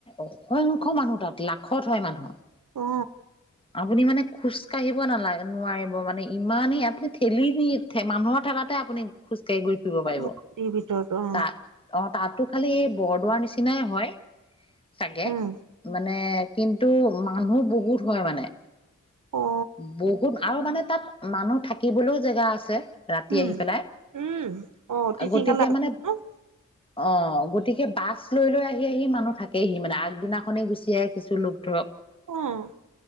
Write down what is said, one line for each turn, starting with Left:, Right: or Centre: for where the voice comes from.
Left: অসংখ্য মানুহ তাত লাখত হয় মানুহ।
Right: অ
Left: আপুনি মানে খোজ কাঢ়িব নালাগে নোৱাৰিব মানে। ইমানেই আপুনি ঠেলি নি মানুহৰ ঠেলাতে আপুনি। খোজকাঢ়ি গ ফুৰিব পাৰিব
Right: মূৰ্তিৰ ভিতৰত অ
Left: তাত অ, তাতো। খালি এই বৰদোৱাৰ নিচিনাই হয় চাগে
Right: উম
Left: মানে। কিন্তু মানুহ বহুত হয় মানে।
Right: অ
Left: বহুত আৰু মানে তাত মানুহ থাকিবলৈও জেগা আছে। ৰাতি
Right: উম
Left: আহি পেলাই
Right: উম অ তিথি
Left: গতিকে
Right: খালা
Left: মানে
Right: অ উম
Left: অ, গতিকে বাছ লৈ, লৈ আহি, আহি মানুহ থাকেহি মানে আগদিনাখনেই গুচি আহে কিছু লোক ধৰক।
Right: অ'।